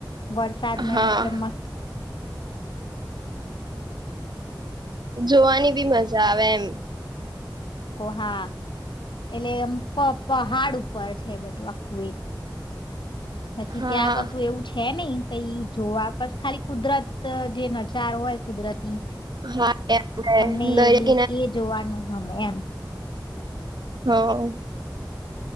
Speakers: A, on the left (about 80°); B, on the right (about 65°).
A: વરસાદને
B: હા
A: એમ એકદમ મસ્ત
B: જોવાની બી મજા આવે એમ.
A: કોહા એટલે એમ પ પહાડ ઉપર છે બધું આખું એ. બાકી
B: હા
A: ત્યાં કશું એવું છ છે નઈ કઈ જોવા બસ ખાલી કુદરત જે નજારો હોય કુદરતી
B: હા એ આપડે
A: તમને
B: દરિયા
A: એટલી એ જોવાનું ગમે એમ.
B: હં.